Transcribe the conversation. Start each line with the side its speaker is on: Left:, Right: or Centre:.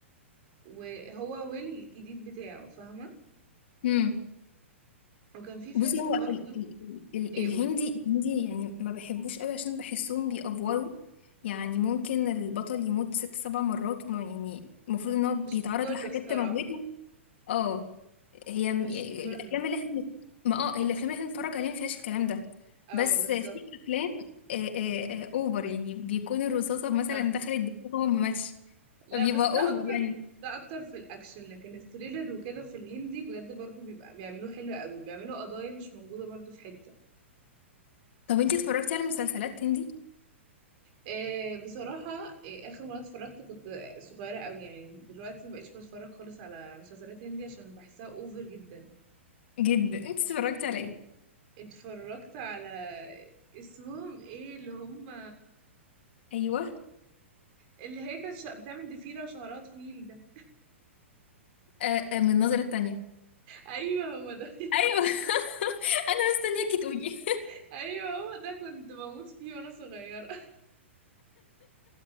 Right: وهو ويل الجديد بتاعه فاهمة
Left: امم
Right: وكان في فيلم
Left: بصي هو
Right: برضو
Left: ال ال ال
Right: ايه
Left: الهندي
Right: قول
Left: الهندي يعني ما بحبوش قوي عشان بحسهم بيأفوروا يعني ممكن البطل يموت ست سبع مرات وما يعني المفروض ان هو بيتعرض
Right: مش كله
Left: لحاجات
Right: الصراحة
Left: تموته اه هي م-
Right: مش
Left: يعني
Right: كله
Left: الافلام اللي احنا ما اه الافلام اللي احنا بنتفرج عليها ما فيهاش الكلام ده
Right: اه
Left: بس
Right: بالظبط
Left: في افلام آه، آه، آه، اوفر يعني بيكون الرصاصه مثلا
Right: صح
Left: دخلت دماغه وهو ما ماتش
Right: لا
Left: بيبقى
Right: بس ده
Left: اوفر
Right: اكتر
Left: يعني
Right: ده اكتر في الاكشن لكن الثريلر وكده في الهندي بجد برضو بيبقى بيعملوه حلو قوي بيعملوا قضايا مش موجودة برضو في حتة
Left: طب انتي اتفرجتي على مسلسلات هندي
Right: إيه بصراحة إيه آخر مرة اتفرجت كنت صغيرة قوي يعني دلوقتي مبقتش بتفرج خالص على مسلسلات هندي عشان بحسها اوفر جدا
Left: جدا انتي اتفرجتي على ايه
Right: اتفرجت على اسمهم ايه اللي هم
Left: ايوه
Right: اللي هي كانت شا- بتعمل ضفيرة وشعرها طويل ده
Left: آه، آه، من النظره التانية
Right: ايوه هو ده
Left: ايوه <laughs> انا مستنياكي تقولي
Right: <laughs> ايوه هو ده كنت بموت فيه وانا صغيرة